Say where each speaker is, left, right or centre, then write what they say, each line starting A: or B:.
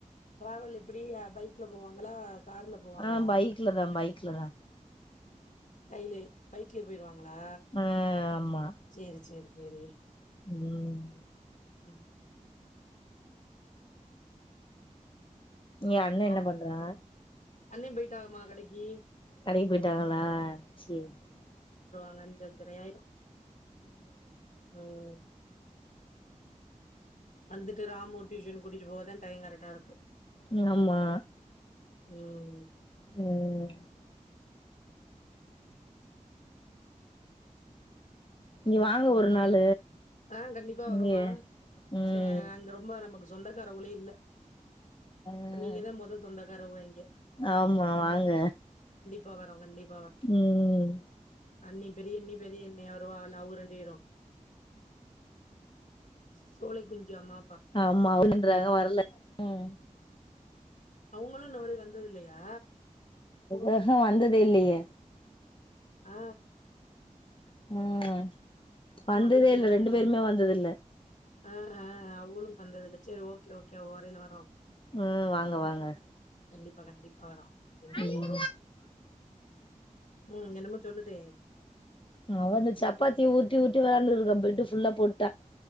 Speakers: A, on the left; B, on the left.
A: ட்ராவல் எப்டி ஆ பைக்ல போவாங்களா கார்ல போவாங்களா
B: ஆ பைக்லதா பைக் லதா.
A: கைலே பைக்லயே போயிருவாங் களா
B: ஆ ஆமா
A: சேரி சேரி. செரி
B: ம்
A: ம்
B: ஏ அண்ண
A: ஆ
B: என்ன பண்றாங்க?
A: அண்ணே போய்ட்டாங்கம்மா கடக்கி.
B: கடைக்கி போயிட்டாகளா சேரி சேரி.
A: ங்க அஞ்சு அஞ்சர ஆயிரு. ம் வந்துட்டு ராமுவ டியூஷன் கூட்டிட்டு போகதா டைம் கரெக்டா இருக்கு.
B: ம் ஆமா.
A: ம்
B: ம் நீங்க வாங்க ஒரு நாளு
A: ஆ கண்டிப்பா வரோம்மா
B: இங்க ம்
A: ச்சே அங்க ரொம்ப நமக்கு சொந்தக்காரவுகளே இல்ல. இப்ப
B: ஆ
A: நீங்கதா மொத சொந்த க்காரவுக அங்க.
B: ஆமா வாங்க.
A: பா வரோ கண்டிப்
B: ம்
A: அண்ணி பெரிய அண்ணி பெரிய அண்ணே வருவாகல்ல அவுக ரெண்டு பேரு சோலை குஞ்சம்மா
B: ஆமா <inaudible> ன்றாங்க வரல ம்
A: அவங்களு இன்ன வரைக்கு வந்தது இல்லயா?
B: ம்ஹூம் வந்ததே இல்லயே.
A: ஆ
B: ம்
A: ஆமா
B: வந்ததே
A: அது சின்ன
B: இல்ல ரெண்டு பேருமே
A: ஒன்னு
B: வந்தது இல்ல.
A: ஆ ஆ அவளு வந்ததில்ல செரி ஓகே ஓகே. ஓகே வரோ எல்லாரு.
B: ம் வாங்க வாங்க.
A: கண்டிப்பா கண்டிப்பா வரோ. எங்க
B: ம்
A: போறோ ம் என்னமோ சொல்லுதே?
B: அவ அந்த சப்பாத்திய உருட்டி உருட்டி வெளையாண்டுட்டு இருக்கா பெட்டு ஃபுல்லா போட்டா.